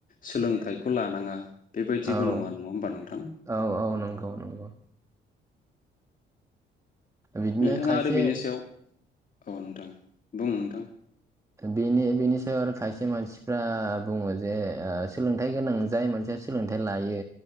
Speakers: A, on the left; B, on the right.
A: सोलोंथाइखौ लानाङा। बेबायदिबो
B: औ
A: नङा नङा होमबा नोंथां
B: औ औ नंगौ नंगौ। बिदिनो
A: नोंथाङा
B: खायसे।
A: आरो बेनि सायाव औ नोंथां। बुं नोंथां
B: बिनि बिनि सयाव आर खायसे। मानसिफ्रा बुङो जे सोलोंथाइ गोनां जाय मानसिया सोलोंथाइ लायो